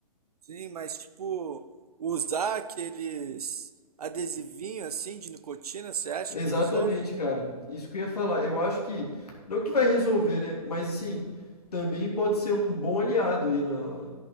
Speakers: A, on the right; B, on the left.
A: sim, mas tipo, usar aqueles adesivinhos assim de nicotina, você acha
B: Exatamente,
A: que resolve?
B: cara. Isso que eu ia falar. Eu acho que, não que vai resolver, né? Mas assim, também pode ser um bom aliado aí na,